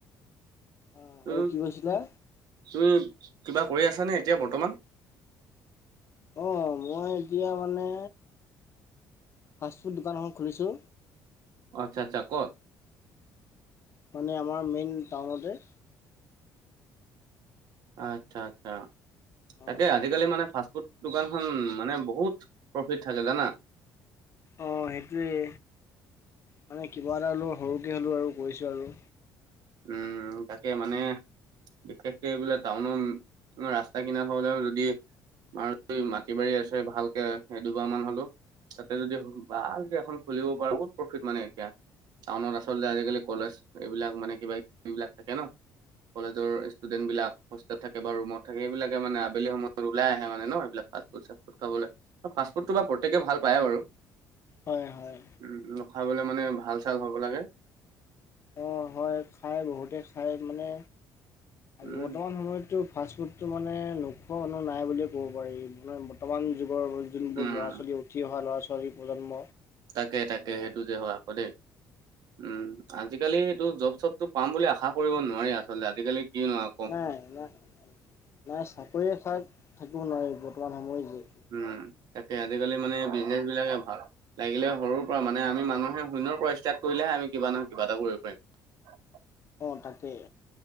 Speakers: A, on the left; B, on the right.
A: উম,
B: তু
A: আৰু কি কৈছিলা?
B: তুমি কিবা কৰি আছা নে এতিয়া বৰ্তমান?
A: অহ মই এতিয়া মানে ফাষ্টফুড দোকান এখন খুলিছোঁ
B: আচ্ছা-আচ্ছা কত।
A: মানে আমাৰ মেইন টাউনতে।
B: আচ্ছা আচ্ছা
A: অ'
B: তাকে আজিকালি মানে ফাষ্টফুড দোকানখন মানে বহুত প্ৰফিট থাকে জানা।
A: অহ সেইটোৱেই মানে কিবা এটা হ'লেও সৰুকৈ হ'লেও আৰু কৰিছোঁ আৰু।
B: উম তাকে মানে। বিশেষকে এইবিলাক টাউনৰ ৰাস্তা কিনাৰ হলেও যদি আৰু কি মাটি বাৰী আছে ভালকে এদোবাৰ মান হলেও। তাতে যদি ভালকে এখন খুলিব পাৰ বহুত প্ৰফিট মানে এতিয়া টাউনত আচলতে আজিকালি কলেজ এইবিলাক মানে কিবা কিবি বিলাক থাকে ন' কলেজৰ ইস্তটেণ্ট বিলাক হোষ্টেল থাকে বা ৰুমত থাকে সেইবিলাকে মানে আবেলি সময়ত ওলাই আহে মানে ন' সেবিলাক। ফাষ্টফুড চাফুড খাবলে ফাষ্টফুডটো বা প্ৰত্যেকে ভাল পায়ে বাৰু।
A: হয় হয়
B: উম অলপ খাবলে মানে ভাল চাল হ'ব লাগে
A: অহ হয় খায় বহুতে খায় মানে
B: উম
A: বৰ্তমান সময়তো ফাষ্টফুডটো মানে নোখোৱা মানুহ নাই বুলিয়ে ক'ব পাৰি। নহয় বৰ্তমান যুগৰ যোনবোৰ
B: উম
A: ল'ৰা ছোৱালী, উঠি অহা ল'ৰা ছোৱালীৰ প্ৰজন্ম
B: তাকে তাকে
A: অ'
B: সেইটো যে হয় আকৌ দেই। উম আজিকালিটো জৰ্ব চ'বতটো পাম বুলি আশা কৰিব নোৱাৰি আচলতে। আজিকালি কি নোৱা।
A: নাই নাই নাই চাকৰি আশাত থাকিব নোৱাৰি বৰ্তমান সময় যে।
B: উম তাকে আজিকালি মানে বিজনেছ বিলাকে ভাল। লাগিলে সৰুৰ পৰা মানে আমি মানুহে শূন্যৰ পৰা ষ্টাৰ্ট কৰিলেহে আমি কিবা নহয় কিবা এটা কৰিব পাৰিম। হয়।
A: অহ' তাকেই